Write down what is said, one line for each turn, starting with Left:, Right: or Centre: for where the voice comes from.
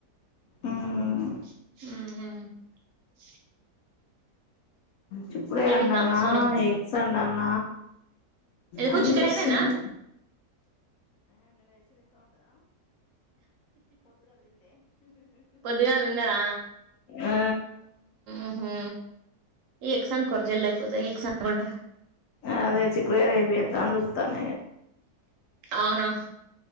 Left: ఉమ్
Right: ఆ
Left: చిక్కుడ కాయ అన్నామ,
Right: చూద్దామా సోనీ
Left: ఎగ్స్ అన్నామ
Right: ఎందుకు
Left: అది
Right: చికెన్
Left: చేస్తున్న
Right: అయిపోయిందా పొద్దుగాలగ తిన్నార
Left: ఆ
Right: ఓహొ ఎగ్స్ అనుకొండి జల్ది అయిపొతాయి ఎగ్స్ అనుకొండి
Left: అదే చిక్కుడకాయే చేద్దాం అని చూస్తున్న
Right: అవును